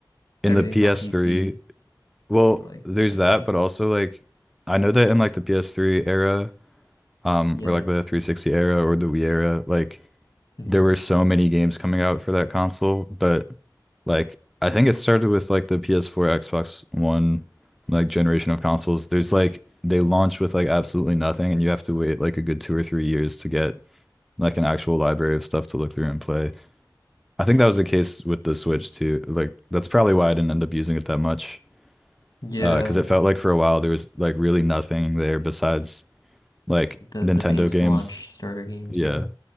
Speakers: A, in the centre; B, on the left.
A: in
B: everything's
A: the
B: on PC.
A: PS3 Well,
B: I feel like
A: there's
B: it's like
A: that, but also like I know that in like the PS3 era, um,
B: yeah,
A: or like the 360 era or the Wii era, like
B: hmm
A: there were so many games coming out for that console, but like I think it started with like the PS4, Xbox One like generation of consoles. There's like they launch with like absolutely nothing and you have to wait like a good two or three years to get like an actual library of stuff to look through and play. I think that was the case with the Switch too. Like that's probably why I didn't end up using it that much.
B: yeah,
A: Uh, 'cause it felt like for a while there was like really nothing there besides like
B: like the
A: Nintendo
B: the base
A: games.
B: launch starter games.
A: Yeah.
B: Yeah,